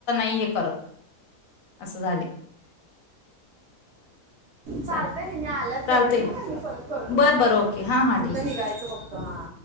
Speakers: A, on the left (about 75°); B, on the right (about 60°).
A: करत अस.
B: चालतं
A: चाल
B: हे म आल्याच
A: चालते
B: घरा ठे का मी परत करतो
A: बर बर ओके हां हां
B: कुठलं
A: ठीक.
B: निघायचं बघ. तरहाहा.